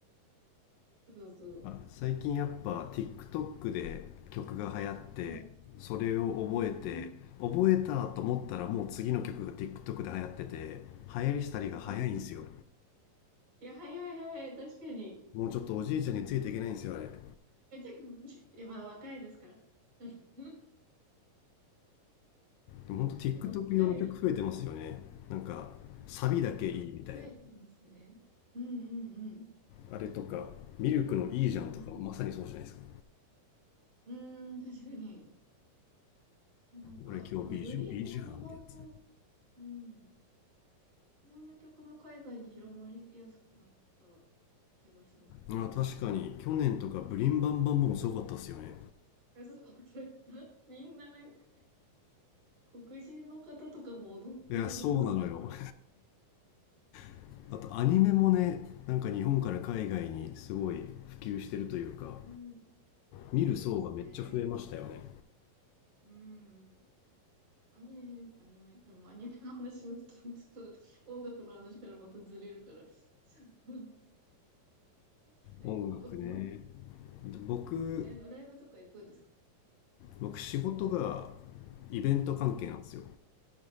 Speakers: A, on the right; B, on the left.
A: そうそ
B: あ最近やっぱ TikTok で曲が流行ってそれを覚えて覚えたと思ったらもう次の曲が
A: う。はい。うん。
B: TikTok で流行ってて流行りしたりが早いんですよ
A: あ、いや、早い早い。確かに。
B: もうちょっとおじいちゃんについていけないんですよあれで
A: え、でも、え、まだ若いですから。<laughs>
B: もほんと TikTok
A: 若い。
B: 用の曲増えてますよねなんかサビだけいいみたいな
A: あ、増えてますね。うんうん
B: あれとかミルクのいいじゃんとかまさにそうじゃないですか
A: うん。うん。うーん、確かに。なんか、
B: 俺今日ビージュいいじゃんってやつ
A: でもよりこう、日本の、うん、日本の曲も海外に広まりやすくなった気がしますけど。
B: あ確かに去年とかブリンバンバンボンすごかったっすよね
A: いやそうだった <laughs> みんななんか、黒人の方とかも踊ってると思う。
B: いやそうなのよ <laughs> あとアニメもねなんか日本から海外にすごい普及してるというか
A: うん、
B: 見る層がめっちゃ増えましたよね
A: そうですね。うん。アニメ、アニメ、でもアニメの話になっちょっと音楽の話からまたずれるから、<laughs> ちょっと控えとこう。
B: 音楽ね
A: <laughs>
B: で僕
A: え、なんかライブとか行くんですか
B: 僕仕事がイベント関係なんですよ
A: はい。